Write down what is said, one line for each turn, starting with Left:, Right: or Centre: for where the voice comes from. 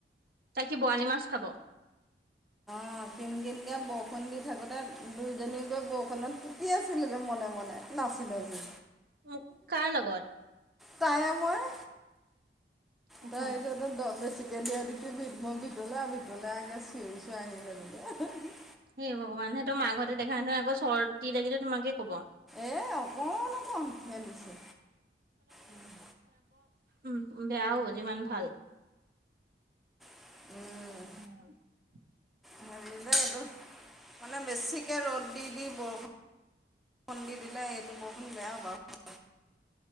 Right: তাই কি বৰালি মাছ খাব?
Centre: অ' কিন কিনকৈ বৰষুণ দি থাকোঁতে দুইজনী গৈ বৰষুণত পুতি আছিলগৈ মনে মনে। নাছিলে যে,
Right: মোক কাৰ লগত
Centre: তাইে মই।
Right: অহ
Centre: তাই চটো দ বেছিক গি কি ভিত মই ভিতলে আৰু ভিতলেকে চিঞৰিছো আহিলে বোলে।
Right: সেই ভগৱান সে তোৰ মাকাহঁতে দেখা নহয় আকৌ চৰ দি লাগিলে তোমাকে ক'ব।
Centre: এ অকণ অকণ খেলিছে, উম।
Right: উ বেয়াও যিমান ভাল।
Centre: উম।
Right: <inaudible>
Centre: হেৰি যে, এইটো মানে বেছিকে ৰ'দ দি দি বৰষুণ খুন্দি দিলে এইটো বৰষুণ বেয়া হ'ব বাৰু।